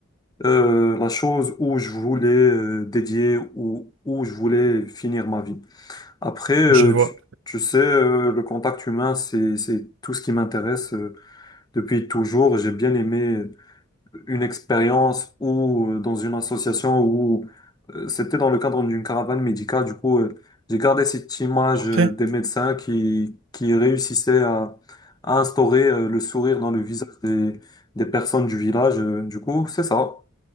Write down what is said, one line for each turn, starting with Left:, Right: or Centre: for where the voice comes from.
Left: euh, la chose où je voulais euh, dédier ou où je voulais finir ma vie. Après, euh,
Right: je vois.
Left: tu, tu sais, euh, le contact humain, c'est, c'est tout ce qui m'intéresse euh, depuis toujours. J'ai bien aimé une expérience ou euh, dans une association où euh, c'était dans le cadre d'une caravane médicale. Du coup, euh, j'ai gardé cette image
Right: Parfait.
Left: euh, des médecins qui, qui réussissaient à, à instaurer euh, le sourire dans le visage des, des personnes du village. Euh, Du coup, c'est ça.